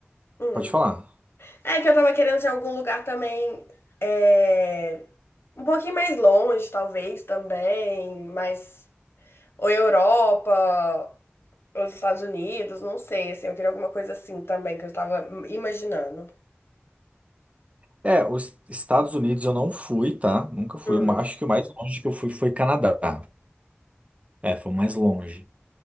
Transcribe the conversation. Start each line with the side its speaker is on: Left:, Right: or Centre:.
Left: hum.
Right: Pode falar.
Left: É que eu tava querendo de algum lugar também é, um pouquinho mais longe, talvez, também, mas ou Europa, Ou dos Estados Unidos, não sei, assim, eu queria alguma coisa assim também, que eu estava imaginando.
Right: É, os Estados Unidos eu não fui, tá? Nunca fui.
Left: Hum.
Right: Eu acho que o mais longe que eu fui foi Canadá. É, foi o mais longe.